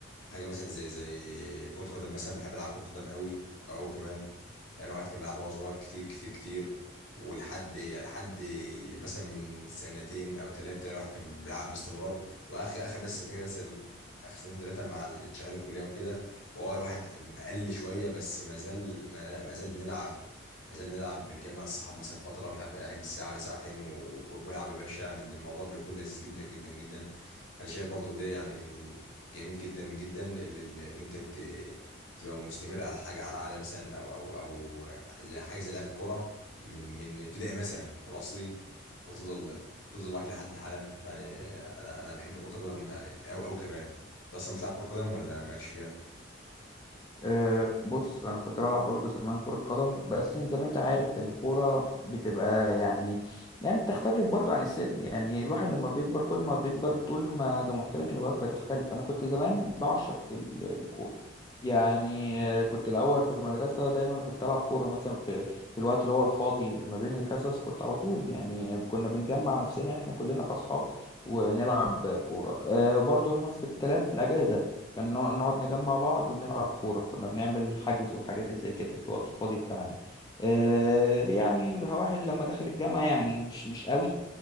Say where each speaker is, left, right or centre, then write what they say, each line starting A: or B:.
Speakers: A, on the left; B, on the left.
A: حاجة مثلا زي زي كرة قدم مثلا بحب ألعب كرة قدم قوي قوي كمان يعني واحد كان بيلعبها وهو صغير كتير كتير كتير ولحد لحد مثلا من سنتين او ثلاثه الواحد كان بيلعب باستمرار واخر اخر بس سنتين كده بس- اخر سنتين ثلاثه مع الانشغال الكليه وكده وهو الواحد قل شويه بس ما زال ما, لا ما زال بنلعب ما زال بنلعب بنجمع الصحاب مثلا فتره مش عارف إيه، احجز ساعه ولا ساعتين و- والعب يا باشا يعني الموضوع بيكون لذيذ جدا جدا جدا انا شايف برضو ده يعني من جميل جدا جدا اللي, اللي انت تبقى مستمرة على حاجة على عادة مثلا أو أو أو زي حاجة زي لعب الكورة من من ابتدائي مثلا فاهم قصدي؟ وتفضل تفضل معاك لحد حالا فيعني أنا أنا بحب كرة القدم يعني أو أو كمان أنت أصلا بتلعب كرة قدم ولا مالكش فيها؟
B: أه بص انا كنت بلعب برضو زمان كرة قدم بس زي ما انت عارف ان الكورة بتبقى يعني يعني بتختلف برضو عن السن يعني الواحد لما بيكبر كل ما بيكبر طول ما زي ما قلت لك الهوايات بتختلف انا كنت زمان بعشق ال- الكورة يعني آه، كنت الاول في المدرسة دايما كنت العب كورة مثلا في في الوقت اللي هو الفاضي لما بين الحصص كنت على طول يعني كنا بنجمع نفسنا احنا كلنا كاصحاب ونلعب كورة أه برضو نفس الكلام في الاجازة كان نوع- نقعد نجمع بعض ونلعب كورة كنا بنعمل حجز والحاجات اللي زي كده في الوقت الفاضي بتاعنا آه، يعني الواحد لما دخل الجامعة يعني مش مش قوي